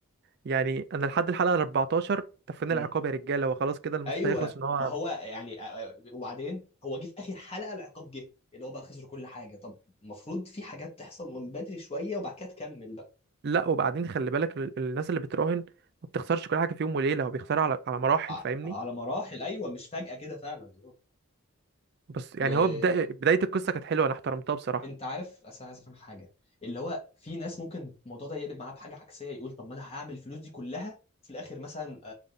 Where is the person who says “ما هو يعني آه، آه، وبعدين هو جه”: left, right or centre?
Left